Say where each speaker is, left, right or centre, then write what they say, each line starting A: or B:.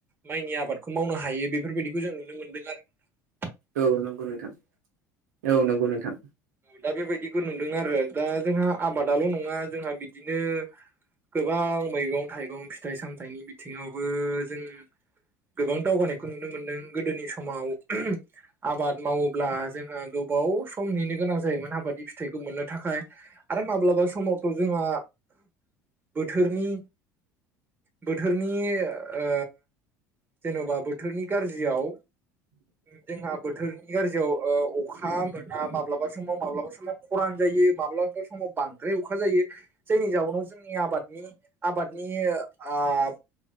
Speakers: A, on the right; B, on the right.
A: माइनि आबादखौ मावनो हायो। बेफोरबायदिखौ जों नुनो मोनदों आरोना।
B: औ नंगौ नोंथां औ नंगौ नोंथां।
A: दा बेबायदिखौ नुदों आरो दा जोंहा आबादाल नङा जोंहा बिदिनो गोबां मैगं थाइगं फिथाइ साम थायनि बिथिङावबो जों गोबां दावगानायखौ नुनो मोनदों। गोदोनि समाव आबाद मावोब्ला जोंङो गोबाव सम नेनो गोनां नाबादनि फिथाइखौ मोननो थाखाय आरो माब्लाबा समावथ' जोंङो बोथोरनि बोथोरनि ओ जेनबा बोथोरनि गाज्रियाव जोंहा बोथोरनि गाज्रियाव ओ अखा मोना माब्लाबा समाव माब्लाबा समाव खरान जायो माब्लाबा समाव बांद्राय अखा जायो। जायनि जाउनाव जोंनि आबादनि आबादनि ओ